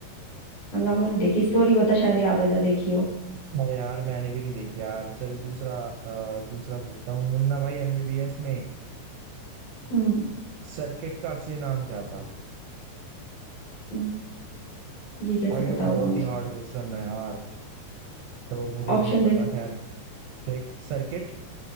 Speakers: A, on the left; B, on the right.
A: हंगामा नहीं देखी स्टोरी बता शायद याद आ जा देखी हो
B: अरे यार मैंने भी नहीं देखी यार चल दूसरा अ, दूसरा पूछता हूँ मुन्ना भाई एमबीबीएस में
A: हम्म
B: सर्किट का असली नाम क्या था
A: हम्म, ये कैसे
B: और
A: पता
B: ये तो
A: होगा
B: बहुत
A: मुझे
B: ही हार्ड क्वेश्चन है यार तो मुझे
A: ऑप्शन
B: भी नहीं पता
A: दे
B: खैर देख सर्किट